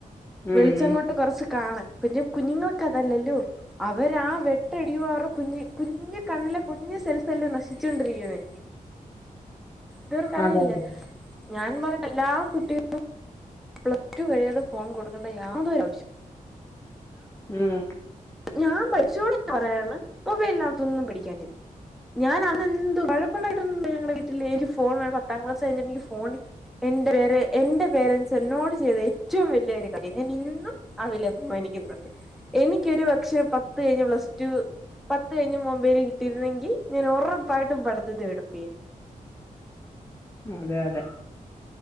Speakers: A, on the left; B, in the centre.
A: ഉം
B: വെളിച്ചം കൊണ്ട് കൊറച്ച് കാണ് കുഞ്ഞു കുഞ്ഞുങ്ങൾക്കതല്ലല്ലോ അവരാ ആ വെട്ടടിയു അവർ ആ കുഞ്ഞ് കുഞ്ഞ്കണ്ണിലെ കുഞ്ഞു സെൽഫല്ലേ നശിച്ചോണ്ടിരിക്ക്ണേ തവർക്കറിയില്ലെ
A: അതെ അതെ
B: ഞാൻ പറഞ്ഞ എല്ലാ കുട്ടി കളും പ്ലസ് ടു കഴിയാതെ ഫോൺ കൊടുക്കേണ്ട യാതൊരാവശ്യൂ
A: ഉം
B: ഞാൻ പഠിച്ചോ <unintelligible> പറയാണ് മൊബൈലിനകത്തൊന്നും പിടിക്കാനില്ല ഞാനന്ന് ന്തു വഴക്കുണ്ടായിട്ടുണ്ട് ഞങ്ങൾടെ വീട്ടിലെക്ക് ഫ് ഫോൺ വേണം പത്താം ക്ലാസ് കഴിഞ്ഞ് എനിക്ക് ഫോൺ എന്റെ പേര എന്റെ പേരന്റ്സ് എന്നോട് ചെയ്ത ഏറ്റവും വെല്ല്യൊരു കാര്യം ഞാൻ ഇന്നും അതിലെപ്പഴും എനിക്കിത്ണ്ട് എനി ക്കൊരു പക്ഷേ പത്ത് കഴിഞ്ഞ് പ്ലസ് ടു പത്ത് കഴിഞ്ഞ് മൊബൈൽ കിട്ടിരുന്നെങ്കി ഞാനൊറപ്പായിട്ടും പഠിത്തത്തി ഒഴപ്പിയേനേ
A: അതെ യതെ